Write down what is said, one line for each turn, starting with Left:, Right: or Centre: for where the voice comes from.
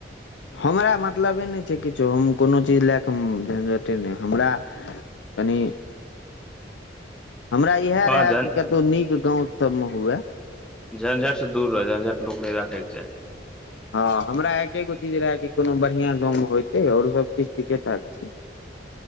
Left: हमरा मतलबे नहि छै किछो हम कोनो चीज लए कऽ हम झञझटे नहि हमरा कनी हमरा इएहे
Centre: हँ
Left: रहे
Centre: झन
Left: कि कतौ नीक गांव सब में हुए
Centre: झ्झट से दूर रह झंझट लोक नहि राखैके चाही
Left: हँ हमरा एके गो चीज रहय कि कोनो बढ़िियां गाँव मे होते आओरो सबकीछु ठीके ठाक छै